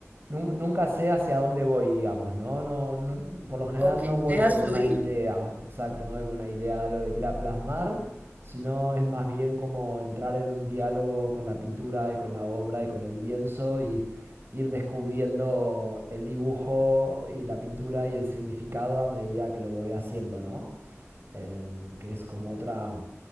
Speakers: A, on the right; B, on the right.
A: nunca sé hacia dónde voy, digamos, ¿no? No, no- Por lo general
B: ok,
A: no voy
B: dejas
A: con
B: fluir.
A: una idea, exacto, no voy con una idea de lo que quiera plasmar, sino es más bien como entrar en un diálogo con la pintura y con la obra y con el lienzo y ir descubriendo el dibujo y la pintura y el significado a medida que lo voy haciendo, ¿no? Em, que es como otra